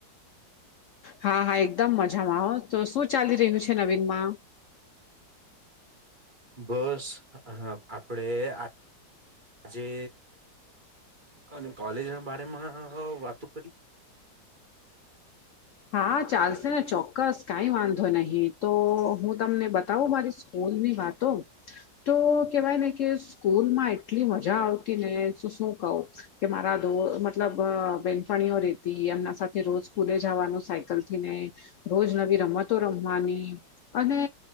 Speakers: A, on the left (about 85°); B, on the right (about 30°).
A: હા હા એકદમ મજામાં આવો તો શું ચાલી રહ્યું છે નવીન માં?
B: બસ આપડે આ આજે અને કોલેજ ના બારે માં વાતો કરી
A: હા ચાલશે ને ચોક્કસ કાંઈ વાંધો નહી તો હું તમને બતાવું મારી સ્કૂલની વાત તો. તો કેવાય ને કે સ્કૂલમાં એટલી મજા આવતી ને તો શું કહ. કે મારા દો મતલબ બેનપણીઓ રેતી એમના સાથે રોજ સ્કૂલે જવાનું સાયકલ થી ને રોજ નવી રમતો રમવાની. અને